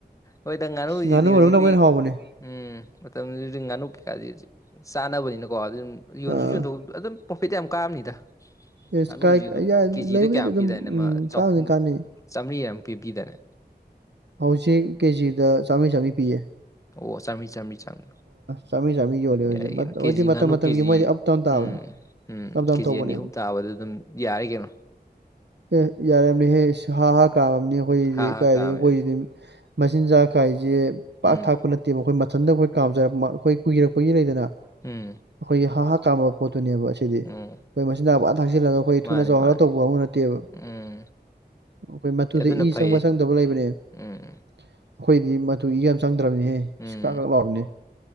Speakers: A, on the left (about 20°); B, on the right (about 80°).
A: ꯍꯣꯏꯗ ꯉꯥꯅꯨꯁꯤꯗꯤ
B: ꯉꯥꯅꯨ
A: ꯍꯧꯖꯤꯛꯇꯤ
B: ꯃꯔꯨꯝꯅꯕꯨ ꯍꯦꯟꯅ ꯍꯥꯎꯕꯅꯦ
A: ꯎꯝ ꯃꯇꯝꯖꯤ ꯍꯧꯖꯤꯛ ꯉꯥꯅꯨ ꯀꯩꯀꯥꯗꯤ ꯖꯤꯛ ꯆꯥꯅꯕꯅꯤꯅꯀꯣ ꯑꯗꯨꯝ ꯌꯣꯟꯁꯨ
B: ꯑꯥ
A: ꯌꯣꯟꯊꯣꯛ ꯑꯗꯨꯝ ꯄ꯭ꯔꯣꯐꯤꯠꯇꯤ ꯌꯥꯝ ꯀꯥꯔꯝꯅꯤꯗ
B: ꯑꯦꯁ
A: ꯉꯥꯅꯨꯁꯤ
B: ꯀꯥꯏ
A: ꯑꯗꯨꯝ
B: ꯌꯥꯏ
A: ꯀꯦꯖꯤꯗ
B: ꯂꯩꯕꯨꯗꯤ
A: ꯀꯌꯥ
B: ꯑꯗꯨꯝ
A: ꯄꯤꯗꯥꯏꯅ‌ꯦ ꯑꯃ
B: ꯎꯝ
A: ꯆꯍꯨꯝ
B: ꯀꯥꯟꯕꯨꯗꯤ ꯀꯥꯟꯅꯩ
A: ꯆꯥꯝꯃ꯭ꯔꯤ ꯌꯥꯝ ꯄꯤ ꯄꯤꯗꯥꯏꯅꯦ
B: ꯍꯧꯖꯤꯛ ꯀꯦꯖꯤꯗ ꯆꯥꯝꯔꯤ ꯆꯥꯝꯔꯤ ꯄꯤꯌ‌ꯦ
A: ꯑꯣ ꯆꯥꯝꯃꯔꯤ ꯆꯥꯝꯔꯤ ꯆꯥꯡ
B: ꯆꯥꯝꯃꯔꯤ ꯆꯥꯝꯃꯔꯤ ꯌꯣꯜꯂꯦ ꯍꯧꯖꯤꯛ
A: ꯌꯥꯏ ꯀꯩꯅ ꯀꯦꯖꯤ
B: ꯍꯧꯖꯤꯛ ꯃꯇꯝ
A: ꯉꯥꯅꯨ
B: ꯃꯇꯝꯒꯤ
A: ꯀꯦꯖꯤ
B: ꯃꯣꯏꯗꯤ ꯑꯞ ꯗꯥꯎꯟ ꯇꯥꯕꯅꯦ
A: ꯎꯝ ꯎꯝ
B: ꯑꯞ ꯗꯥꯎꯟ
A: ꯀꯦꯖꯤ
B: ꯇꯧꯕꯅꯦꯕ
A: ꯑꯅꯤ ꯑꯍꯨꯝ ꯇꯥꯕꯗ ꯑꯗꯨꯝ ꯌꯥꯔꯦ ꯀꯩꯅꯣ
B: ꯑꯦ ꯌꯥꯔꯝꯅꯤꯍꯦ ꯏꯁ ꯍꯥ ꯍꯥ ꯀꯥꯝꯃꯝꯅꯤ ꯑꯩꯈꯣꯏꯒꯤꯗꯤ
A: ꯍꯥ ꯍꯥ
B: ꯀꯥꯏꯗꯒꯤ
A: ꯀꯥꯝꯃꯦ
B: ꯑꯩꯈꯣꯏꯖꯤꯗꯤ
A: ꯑꯗꯨꯗꯤ
B: ꯃꯆꯤꯟꯖꯥꯛ ꯀꯥꯏꯁꯦ ꯄꯥꯛ
A: ꯎꯝ
B: ꯊꯥꯛꯄ ꯅꯠꯇꯦꯕ ꯑꯩꯈꯣꯏ ꯃꯊꯟꯇ ꯑꯩꯈꯣꯏ ꯀꯥꯝꯖꯔꯛ ꯑꯩꯈꯣꯏ ꯀꯨꯏꯔꯛꯄꯒꯤ ꯂꯩꯗꯅ
A: ꯎꯝ
B: ꯑꯩꯈꯣꯏꯒꯤ ꯍꯥ ꯍꯥꯥ ꯀꯥꯝꯕ ꯄꯣꯠꯇꯨꯅꯦꯕ ꯁꯤ ꯗꯤ ꯑꯩꯈꯣꯏ
A: ꯎꯝ
B: ꯃꯆꯤꯟꯖꯥꯛ ꯄꯨꯝꯊꯥꯛ ꯊꯥꯛꯆꯜꯂꯒ ꯑꯩꯈꯣꯏ
A: ꯃꯥꯅꯦ
B: ꯊꯨꯅ ꯆꯥꯎꯍꯜꯂꯒ
A: ꯃꯥꯅꯦ
B: ꯇꯧꯕ ꯀꯥꯡꯒꯨ ꯅꯠ ꯇꯦꯕ
A: ꯎꯝ
B: ꯑꯩꯈꯣꯏ ꯃꯇꯨꯗ
A: ꯑꯗꯨꯅ
B: ꯏ
A: ꯐꯩꯌꯦ
B: ꯆꯪꯕ ꯆꯪꯗꯕ ꯂꯩꯕꯅꯦ ꯑꯩꯈꯣꯏꯗꯤ
A: ꯎꯝ
B: ꯃꯇꯨ ꯏ ꯌꯥꯝ ꯆꯪꯗ꯭ꯔꯕꯅꯤꯍꯦ
A: ꯎꯝ
B: ꯏꯁ ꯀꯥꯛ ꯀꯥꯛ ꯂꯥꯎꯔꯝꯅ‌ꯦ